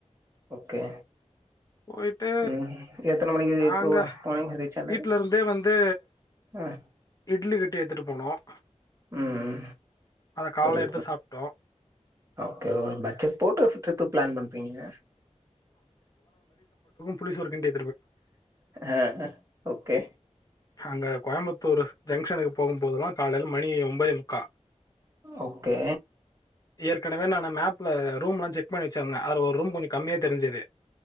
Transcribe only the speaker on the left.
போயிட்டு
நாங்க
வீட்ல இருந்தே வந்து
இட்லி கட்டி எடுத்துட்டு போனோம்
அத காலைல
எடுத்து சாப்டோம்
புல்லிசு ஓர்கிங் டே
அங்க கோயம்புத்தூரு ஜங்க்ஷனுக்கு போகும்போதெல்லாம் காலையில மணி ஒன்பதே முக்கா
ஏற்கனவே நா மேப்ல ரூம்லாம் செக் பண்ணி வச்சிருந்தேன் அது ஒரு ரூம் கொஞ்சோ கம்மியா தெரிஞ்சது